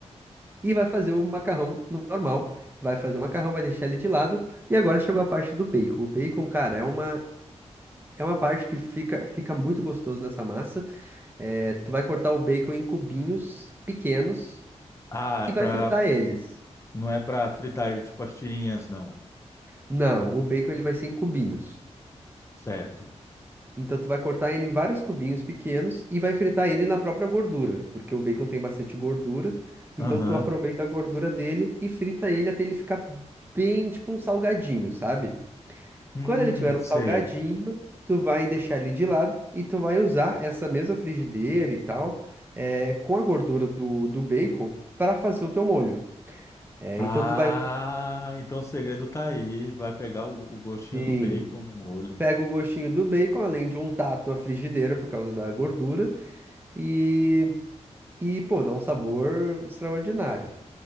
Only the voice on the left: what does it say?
Ah,
é pra,
não é para fritar ele tipo as tirinhas, não.
Certo.
Aham.
Hum,
sei.
Ah,
então o segredo tá aí. Vai pegar o, o gostinho
do bacon no molho.